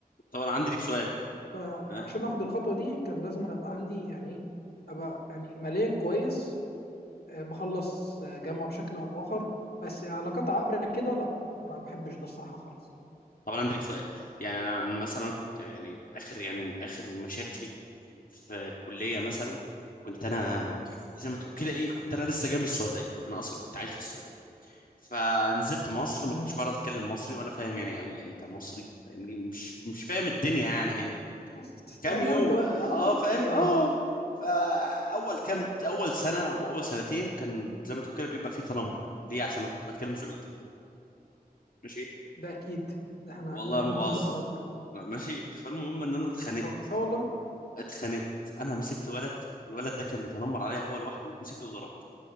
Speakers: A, on the left; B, on the left.
A: طب انا عندي ليك سؤال
B: فعشان
A: آه،
B: اخد الخطوه دي كان لازم أنا ابقى عندي يعني إيه، ابقى يعني ماليا كويس آه، مخلص آه، جامعه بشكل او باخر بس علاقات عابره كده لا ما بحبش ده الصراحه خالص
A: طب انا عندي لك سؤال يعني انا أنا مثلا كنت يعني اخر يعني اخر مشاكلي في الكليه مثلا كنت انا يعني زي ما تقول كده ايه كنت انا لسه جاي من السعوديه انا اصلا كنت عايش في السعوديه فنزلت مصر ما
B: مم.
A: كنتش بعرف اتكلم مصري ولا فاهم يعني قوي يعني كمصري فاهمني مش مش فاهم الدنيا يعني هنا
B: بس اتعلمت
A: كام يوم
B: اهو
A: اه
B: <laughs>
A: فاهم
B: ايوه
A: اه
B: ايوه
A: فاول كام اول سنه او اول سنتين كان زي ما تقول كده بيبقى فيه تنمر ليه عشان انا كنت بتكلم سعودي ماشي
B: ده اكيد ده احنا
A: والله
B: احنا
A: ما
B: احنا
A: بهزر
B: ملوك التنمر
A: لا، ماشي فالمهم ان انا اتخانقت
B: اه والله
A: اتخانقت انا مسكت ولد الولد ده كان بيتنمر عليا هو لوحده مسكته وضربته